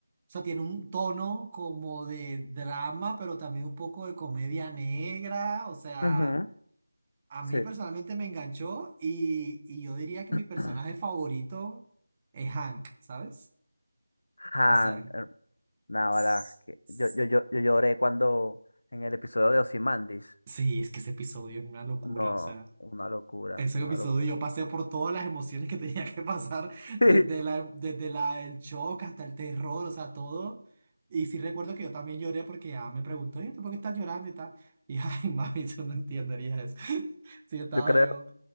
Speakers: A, on the right; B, on the left.
A: sea, tiene un tono como de drama, pero también un poco de comedia negra, o sea,
B: Ujú.
A: a mí
B: Sí.
A: personalmente me enganchó y, y yo diría que mi
B: <clears throat>
A: personaje favorito es Hank, ¿sabes?
B: Hank,
A: O sea,
B: Nah, ahora,
A: s-
B: que-
A: s-
B: yo, yo, yo, yo lloré cuando en el episodio de Ozymandias.
A: sí, es que ese episodio es una locura,
B: No,
A: o sea.
B: una locura,
A: Ese
B: una
A: episodio
B: locura.
A: yo pasé por todas las emociones que tenía que pasar,
B: <laughs>
A: desde
B: Sí,
A: la, desde la, el shock hasta el terror, o sea, todo. Y sí recuerdo que yo también lloré porque ya me preguntó, "Oye, ¿tú por qué estás llorando y tal? <laughs> Y ay, mami, tú no entenderías eso. <laughs> Sí, yo estaba
B: yo creo,
A: yo.